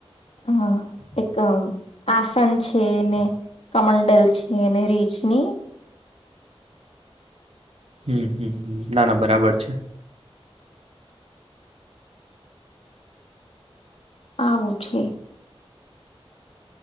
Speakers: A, on the left; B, on the right.
A: હ, એક આસન છે ને કમંડલ છે, અનેને રીચની.
B: હમ, હમ. ના, ના. બરાબર છે.
A: આવું છેે.